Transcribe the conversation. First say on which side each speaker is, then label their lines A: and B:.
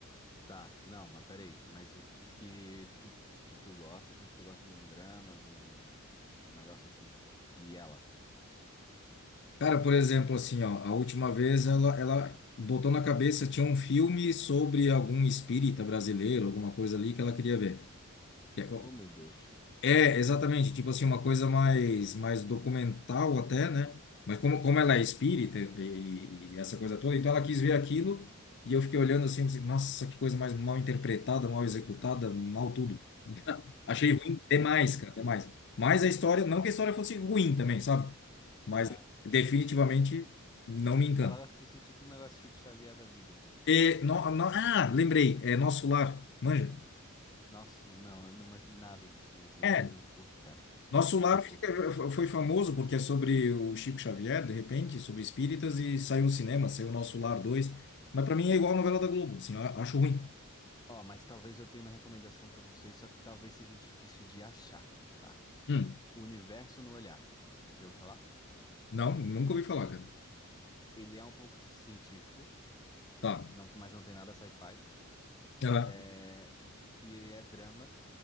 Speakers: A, on the left; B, on the left.
A: tá. Não, mas peraí. Mas o que que tu, que tu gosta? Eu sei que tu gosta de um drama, de um, um negócio assim. E ela?
B: Cara, por exemplo, assim, ó, a última vez ela, ela botou na cabeça, tinha um filme sobre algum espírita brasileiro, alguma coisa ali que ela queria ver. É,
A: Oh, meu Deus.
B: é, exatamente, tipo assim, uma coisa mais, mais documental até, né? Mas como, como ela é espírita e, e essa coisa toda, então ela quis ver aquilo e eu fiquei olhando assim, assim, nossa, que coisa mais mal interpretada, mal executada, mal tudo. Achei ruim demais, cara, demais. Mas a história, não que a história fosse ruim também, sabe? Mas
A: Aham.
B: definitivamente não me encanta.
A: Ela gosta de assistir tipo um negócio Chico Xavier da vida, assim.
B: E, no, no- ah, lembrei, é Nosso Lar, manja?
A: Nossa, não, eu não manjo nada de filme assim. Eu
B: É,
A: também não curto, cara.
B: Nosso
A: Também
B: Lar
A: não curto.
B: fica- foi famoso porque é sobre o Chico Xavier, de repente, sobre espíritas, e saiu no cinema, saiu Nosso Lar 2. Mas pra mim é igual a novela da Globo, assim, eu acho ruim.
A: Ó, mas talvez eu tenha uma recomendação pra vocês, só que talvez seja difícil de achar, tá?
B: Hum,
A: O Universo no Olhar. Já ouviu falar?
B: não, nunca ouvi falar, cara.
A: Ele é um pouco científico,
B: Tá,
A: não, mas não tem nada sci-fi.
B: Aham,
A: é, E ele é drama,